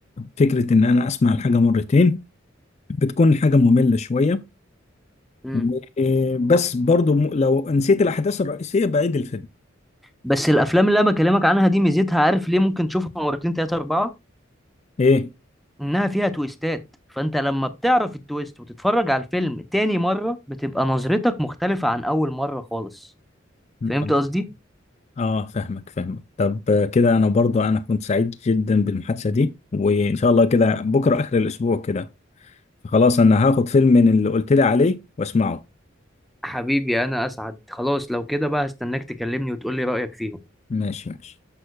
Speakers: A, on the left; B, in the centre.
A: فكرة ان انا اسمع الحاجة مرتين بتكون الحاجة مملة شوية
B: مم.
A: و- بس برضو م- لو نسيت الاحداث الرئيسية بعيد الفيلم
B: بس الافلام اللي انا بكلمك عنها دي ميزتها عارف ليه ممكن تشوفها مرتين تلاته اربعه
A: ايه
B: انها فيها تويستات فانت لما بتعرف التويست وتتفرج على الفيلم تاني مره بتبقى نظرتك مختلفه عن اول مره خالص فهمت
A: طب-
B: قصدي
A: اه فاهمك فاهمك طب آه، كده انا برضو انا كنت سعيد جدا بالمحادثة دي وان شاء الله كده بكرة اخر الاسبوع كده خلاص انا هاخد فيلم من اللي قلت لي عليه واسمعه
B: حبيبي انا اسعد خلاص لو كده بقى هستناك تكلمني وتقولي رأيك فيهم
A: ماشي ماشي